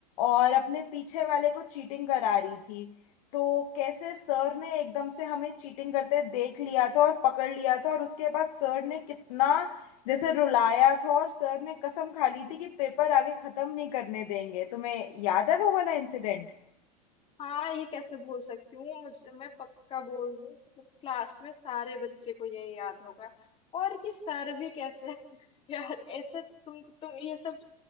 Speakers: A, on the left; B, on the left.
A: और अपने पीछे वाले को चीटिंग करा रही थी तो कैसे सर ने एकदम से हमें चीटिंग करते देख लिया था और पकड़ लिया था और उसके बाद सर ने कितना जैसे रुलाया था और सर ने कसम खा ली थी कि पेपर आगे खत्म नहीं करने देंगे तुम्हें याद है वो वाला इंसिडेंट
B: हाँ ये कैसे भूल सकती हूँ मुझे मैं पक्का बोल रही हूँ मतलब क्लास में सारे बच्चे को ये याद होगा और ये सर भी कैसे <laughs> यार ऐसे तुम तुम ये सब